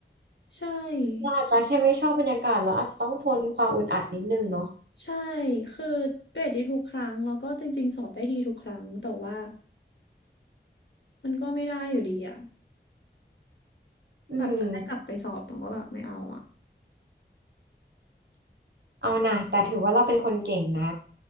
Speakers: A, on the left; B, on the right.
A: ใช่
B: เราอาจจะแค่ไม่ชอบบรรยากาศแล้วอาจจะต้องทนความอึดอัดนิดนึงเนาะ
A: ใช่คือเกรดดีทุกครั้งแล้วก็จริงๆสอบได้ดีทุกครั้งแต่ว่ามันก็ไม่ได้อยู่ดีอะ
B: อืม
A: แบบจะให้กลับไปสอบต้องก็แบบไม่เอาอะ
B: เอานะแต่ถือว่าเราเป็นคนเก่งนะ